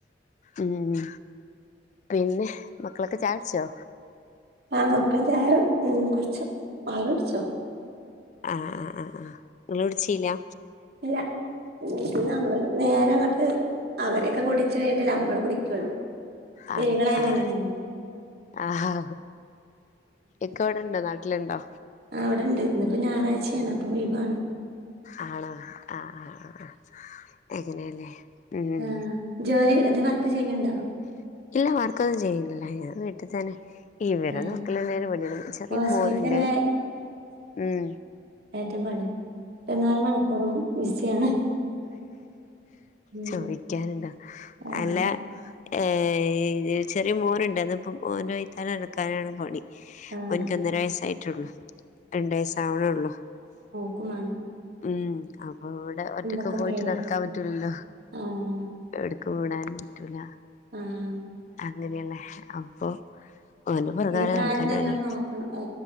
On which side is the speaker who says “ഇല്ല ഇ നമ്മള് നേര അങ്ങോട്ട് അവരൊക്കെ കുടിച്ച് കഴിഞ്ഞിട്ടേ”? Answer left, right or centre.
Right